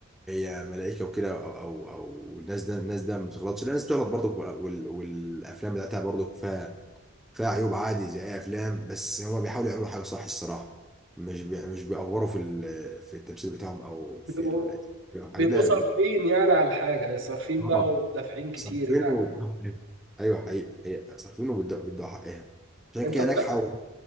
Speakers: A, in the centre; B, on the right.
A: هي ملائكه وكده او او او الناس ده الناس ده ما بتغلطش لا الناس بتغلط برضه وال- والافلام بتاعتها برضه فيها فيها عيوب عادي زي اي افلام بس هما بيحاولوا يعملوا حاجه صح الصراحه مش بي مش بيأفوروا في ال- في التمثيل بتاعهم او
B: بيبقوا
A: في ال- في الحاجات
B: بيبقوا
A: ده
B: صارفين يعني على الحاجة صارفين
A: اه
B: بقى ودافعين كتير
A: صارفينه
B: يعني
A: وبيدوا حقها. ايوه حقيقي حقيقي صارفينه وبيدوا بيدوا حقها عشان
B: انت
A: كده
B: صح-
A: ناجحه و-